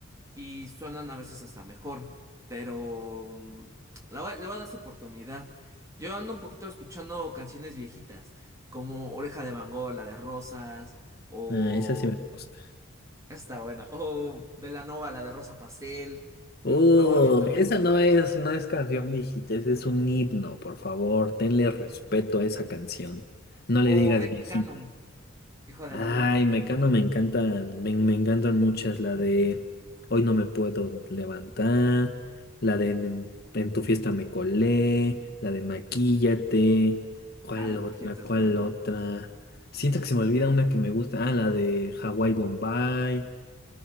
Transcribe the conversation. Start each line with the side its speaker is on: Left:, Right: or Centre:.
Right: y suenan a veces hasta mejor, pero mm, la voy- le voy a dar su oportunidad. Yo ando un poquito escuchando canciones viejitas, como Oreja de Van Gogh, la de Rosas, o...
Left: Ah, esa sí me gusta.
Right: esa Está buena. O Belanova, la de Rosa Pastel. me-
Left: Oh,
Right: Luego me meto.
Left: esa
Right: <laughs>
Left: no es, no es canción viejita, ese es un himno, por favor. Tenle respeto a esa canción. No le
Right: O
Left: digas
Right: Mecano,
Left: viejita.
Right: Hijo de
Left: Ay,
Right: la Luna.
Left: Mecano me encantan, me, me encantan muchas, la de Hoy no me puedo levantar, la de En, en tu fiesta me colé, la de Maquíllate, ¿cuál
Right: Ah, la
Left: otra?
Right: maquilleta
Left: ¿Cuál
Right: es buena.
Left: otra? Siento que se me olvida una que me gusta, ah, la de Hawái Bombay,